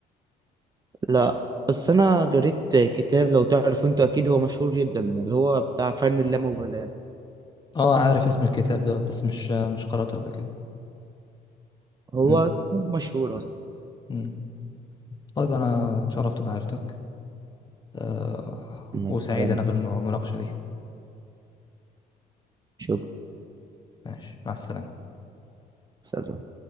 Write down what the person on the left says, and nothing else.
اه عارف اسم الكتاب دوت بس مش مش قرأته قبل كده
امم
امم طيب انا اتشرفت بمعرفتك آه
وسعيد
انا بالمناقشة دي
ماشي مع السلامة